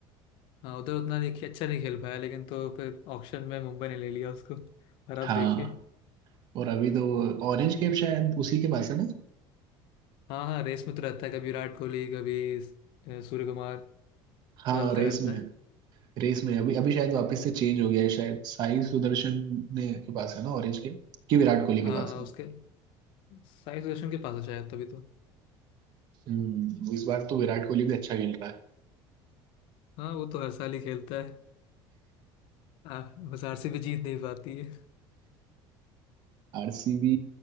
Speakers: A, on the left; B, on the right.
A: हाँ उधर उतना देखिए अच्छा नहीं खेल पाया लेकिन तो फिर ऑक्शन में मुंबई ने ले लिया उसको और अब
B: हाँ
A: देखिए
B: और अभी तो ऑरेंज कैप शायद उसी के पास है ना
A: हाँ हाँ रेस में तो रहता है कभी विराट कोहली कभी अ, सूर्य कुमार
B: हाँ
A: बदलते
B: रेस
A: रहता
B: में
A: है
B: है रेस में है। अभी अभी शायद वापस से चेंज हो गया है शायद साई सुदर्शन ने के पास है ना ऑरेंज कैप कि विराट कोहली
A: हाँ
B: के पास
A: हाँ
B: है
A: उसके साई सुदर्शन के पास है शायद तभी तो
B: हम्म इस बार तो विराट कोहली भी अच्छा खेल रहा है
A: हाँ वो तो हर साल ही खेलता है आ, बस आरसीबी जीत नहीं पाती है
B: आरसीबी